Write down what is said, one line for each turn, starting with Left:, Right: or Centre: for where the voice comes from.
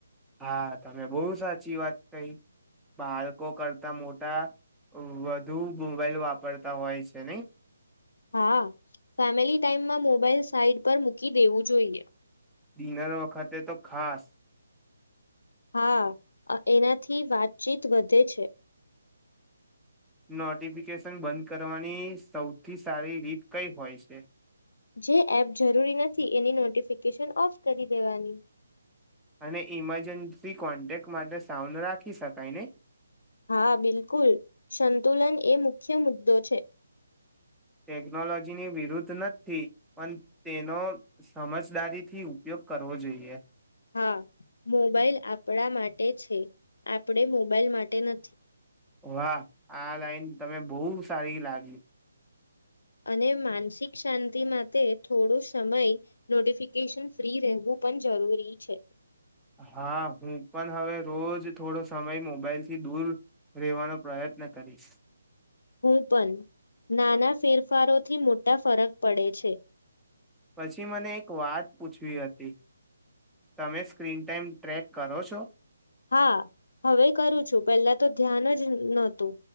Centre: હા તમે બહુ સાચી વાત કહી બાળકો કરતા મોટા વધુ મોબાઈલ વાપરતા હોય છે નને
Left: હા ફેમિલી ટાાઈમમાં મોબાઈલ સાઈટ પર મૂકી દેવું જોઈએ
Centre: ડિનર વખતે તો ખાસ
Left: હા એનાથી વાતચીત વધે છે
Centre: નોટિફિકેશન બંધ કરવાની સૌથી સારી રીત કઈ હોય છે
Left: જે એપ જરૂરી નથી એની નોટિફિકેશન ઓફ કરી દેવાની
Centre: અને ઈમરજન્સી કોન્ટેક્ટ માટે સાઉન્ડ રાખી શકાય ને
Left: હા બિલકુલ સંતુલન એ મુખ્ય મુદ્દો છે
Centre: ટેકનોલોજીની વિરુદ્ધ નથી પણ તેનો સમજદારીથી ઉપયોગ કરવો જોઈએ
Left: હા મોબાઈલ આપણા માટે છે આપણે મોબાઈલ માટે નથી
Centre: વાહ આ લાઈન તમે બહુ સારી લાગી
Left: અને માનસિક શાંતિ માટે થોડો સમય નોટિફિકેશન ફ્રી રહેવું પણ જરૂરી છે
Centre: હા હું પણ હવે રોજ થોડો સમય મોબાઈલ થી દૂર રહેવાનો પ્રયત્ન કરીશ
Left: હું પણ નાના ફેરફારોથી મોટા ફરક પડે છે
Centre: પછી મને એક વાત પૂછવી હતી તમે સ્ક્રીન ટાઈમ ટ્રેક કરો છો
Left: હા હવે કરું છું પેલા તો ધ્યાન જ નતું